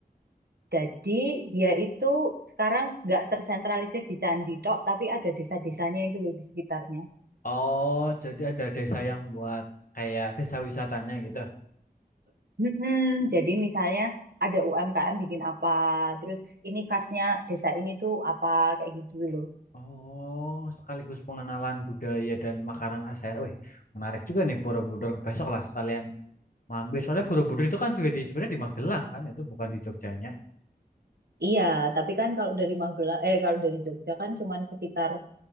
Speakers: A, on the right (about 80°); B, on the left (about 60°).
A: Jadi dia itu sekarang nggak tersentralisir di Candi tok, tapi ada desa-desanya itu loh di sekitarnya.
B: Oh, jadi ada desa yang buat kayak desa wisatanya gitu.
A: Mm-mm. Jadi misalnya ada UMKM bikin apa, terus ini khasnya desa ini tuh apa kayak gitu loh.
B: Oh, sekaligus pengenalan budaya dan makanan khas daerah. Wih, menarik juga nih Borobudur. Besok lah sekalian mampir. Soalnya Borobudur itu kan juga di sebenarnya di Magelang kan, itu bukan di Jogjanya
A: Iya, tapi kan kalau dari Magelang, eh kalau dari Jogja kan cuma sekitar